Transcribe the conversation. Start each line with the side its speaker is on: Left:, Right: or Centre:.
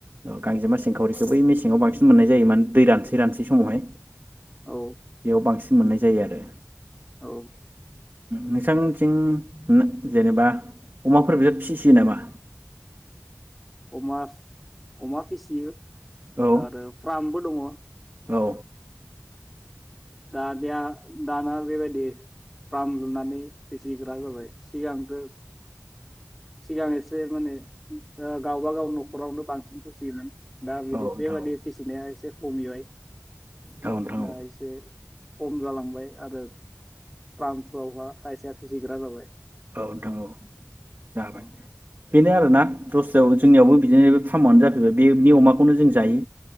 Right: औ गांजेमा सिंखावरिखौ बै मेसेङाव बांसिन मोननाय जायो मान दै रानसै रानसै समावहाय
Centre: औ
Right: बेयाव बांसिन मोननाय जायो आरो
Centre: औ
Right: नोंसांथिं जेनेबा अमाफोर बिराद फिसियो नामा?
Centre: अमा अमा फिसियो
Right: औ
Centre: आरो फार्मबो दङ।
Right: औ
Centre: दा दिया दाना बेबायदि फार्म लुनानै फिसिग्रा जाबाय। सिगांबो सिगां एसे माने ओ गावबागाव न'खरावनो बांसिन फिसियोमोन। दा बिदि
Right: औ नोंथां
Centre: बेबाददि
Right: औ
Centre: फिसिनाया एसे खमिबाय
Right: औ नोंथां
Centre: दा
Right: औ
Centre: इसे खम जालांबाय आरो फार्मफोरावहा खायसे फिसिग्रा जाबाय
Right: औ नोंथां औ जाबाय
Centre: औ
Right: बेनो आरोना दस्रायाव जोंनियावबो बिदिनो फार्मआनो जाफैबाय बे बे अमाखौनो जों जायो।